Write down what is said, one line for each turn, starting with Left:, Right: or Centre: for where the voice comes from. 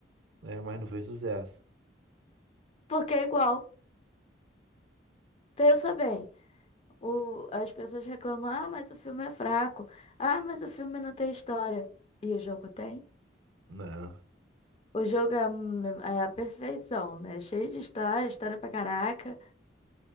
Right: é, mas não fez sucesso.
Left: porque é igual. Pensa bem. O, as pessoas reclamam, ah, mas o filme é fraco. Ah, mas o filme não tem história. E o jogo tem?
Right: Não.
Left: O jogo é, a é a perfeição, né? Cheio de história, história pra caraca.